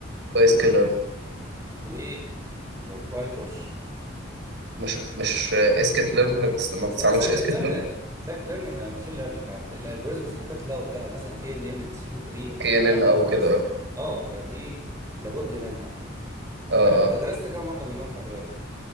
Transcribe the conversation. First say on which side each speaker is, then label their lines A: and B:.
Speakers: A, on the right (about 60°); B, on the right (about 15°).
A: كويس
B: و
A: كده
B: و باي تورش
A: مش مش اسكت ليرن ما
B: سايكت
A: بتستعملش اسكت
B: ليرن
A: ليرن
B: سايكت ليرن ماشين ليرنينج الالجوريزمز اللي فاتت اللي قلتها مثلا كي ان ان ديسيشن تري
A: كي ان
B: راندوم
A: ان او
B: فورست
A: كده اه
B: اه فدي لابد منها
A: اه
B: آه، انت
A: آه.
B: درست كام واحده منهم لحد دلوقتي